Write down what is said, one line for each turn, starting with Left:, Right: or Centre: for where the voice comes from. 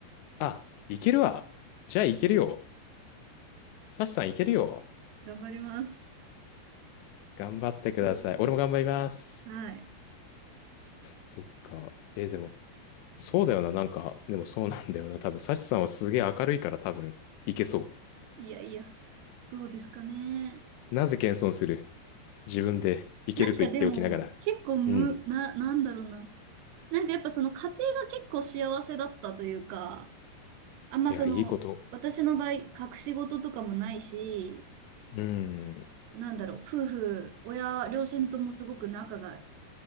Left: あ、いけるわ。じゃあいけるよ。サシさんいけるよ。
Right: 頑張ります。
Left: 頑張ってください。
Right: そうだね。
Left: 俺も頑張ります。
Right: はい。
Left: そっか。えーでも、そうだよな、なんか、でもそうなんだよな。多分、サシさんはすげえ明るいから多分、いけそ
Right: いやいや、どうですかね。
Left: う。なぜ謙遜する自分でいけると言っておきながら。
Right: 何かでも、結構む、
Left: うん。
Right: な、なんだろうな。なんかやっぱその家庭が結構幸せだったというか、あんまその、
Left: いや、いいこと。
Right: 私の場合、隠し事とかもないし、
Left: うん。
Right: なんだろう、夫婦、親、両親ともすごく仲が